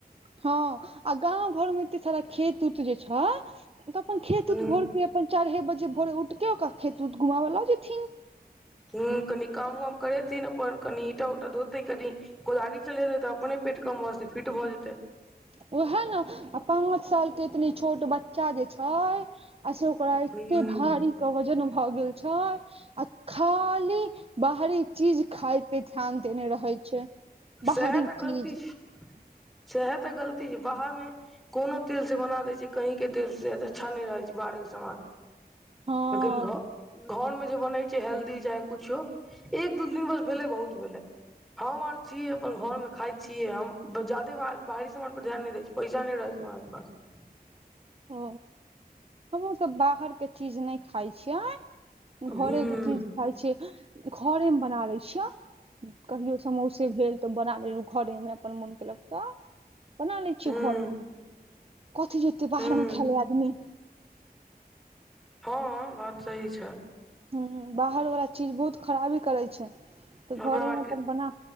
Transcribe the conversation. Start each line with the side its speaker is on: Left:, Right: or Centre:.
Right: हँ आ गाँव घर मे एते सारा खेत उत जे छै तऽ अपन खेत
Centre: हूं
Right: उत भोर के अपन चारे बजे भोेरे उठके ओकरा खेत उत घुमवऽ लऽ जेथिन
Centre: हुँ कनी काम वाम करेथिन अपन कनी ईंटा उंटा धोतै कनी कोदारी चलेतै तऽ अपने पेट कम भऽ जेतै फिट भऽ जेतै
Right: उएह ने आ पाँच सालके एतनी छोट बच्चा जे छै आ से ओकरा एतेक
Centre: हूं
Right: भारी के वजन भऽ गेल छै आ खाली बाहरी चीज खाय पे ध्यान देने रहै छै बाहरी
Centre: सएह तऽ गलती
Right: चीज
Centre: छै सएह तऽ गलती छै बाहरमे कोनो तेल से बना दै छै कहीं के तेल से अच्छा नहि रहै छै बाहर के समान
Right: हँ
Centre: लेकिन घर घर मे जे बनै छै हेल्दी चाहे कुछो एक दू दिन बस भेलै बहुत भेलै हम आर छीय अपन घर मे खाइत छियै हम जादे बाहरी समान पर ध्यान नहि दै छी पैसा नहि रहै छै हमरा आर के पास
Right: ओ हमहूँ सब बाहरके चीज नहि खाइ छियै घरेके
Centre: हूं
Right: चीज खाइ छियै घरेमे बना लै छियै कहियो समोसे भेल तऽ बना लेलहुँ घरेमे अपन मोन केलक तऽ बना लै छियै
Centre: हूं
Right: घरमे कथी जेते बाहर
Centre: हूं
Right: मे खेलै आदमी
Centre: हँ बात सही छै
Right: हूँ बाहर वाला चीज बहुत खराबी करे छै तऽ
Centre: हमरा
Right: घरे
Centre: आरके
Right: मे अपन बना